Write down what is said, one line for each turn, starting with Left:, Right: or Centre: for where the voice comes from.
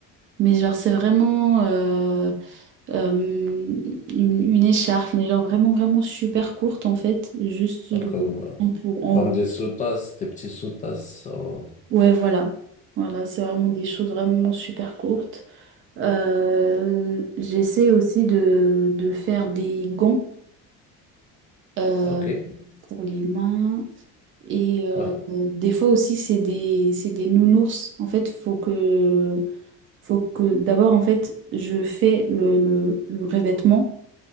Right: Mais genre, c'est vraiment. euh, euh, une, une écharpe, mais genre vraiment, vraiment super courte en fait, juste le
Left: Hein, Comme, euh,
Right: en pour en
Left: comme
Right: haut.
Left: des sous-tasses, des petits sous-tasses, euh,
Right: Ouais, voilà. Voilà, c'est vraiment des choses vraiment super courtes. Euh, j'essaie aussi de, de faire des gants euh,
Left: ok,
Right: pour les mains. Et euh,
Left: ouais,
Right: des fois aussi, c'est des, c'est des nounours. En fait, faut que, faut que d'abord, en fait, je fais le, le, le revêtement.